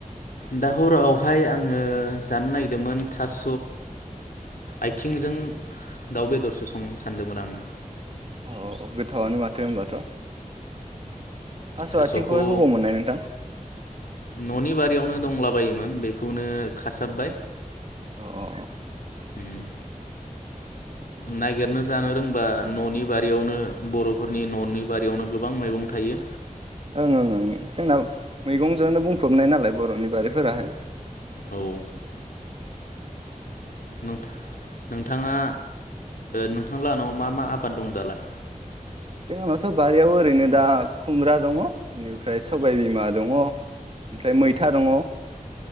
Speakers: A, on the left (about 85°); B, on the right (about 45°).
A: दा हरावहाय आङो जानो नागिरदोंमोन थास' आथिंजों दाउ बेदरसो संनो सानदोंमोन आङो
B: अ गोथावनो मा माथो होनबाथ' थास'
A: थास'खौ
B: आथिंखौहाय हबाव मोननाय नोंथां।
A: न'नि बारियावनो दंला बायोमोन बेखौनो खासाबबाय
B: अ अ।
A: उम। नागिरनो जानो रोंबा न'नि बारियावनो बर'फोरनि न'नि बारियावनो गोबां मैगं थायो।
B: ओं ओं ओं जोंना मैगंजोंनो बुंफबनाय नालाय बर'नि बारिफोराहाय।
A: औ
B: उम
A: <unintelligible> नोंथाङा नोंथां लानाव मा मा आबाद दं दालाय
B: जोंनावथ' बारियाव ओरैनो दा खुमब्रा दङ बेनिफ्राय सबायबिमा दङ ओमफ्राय मैथा दङ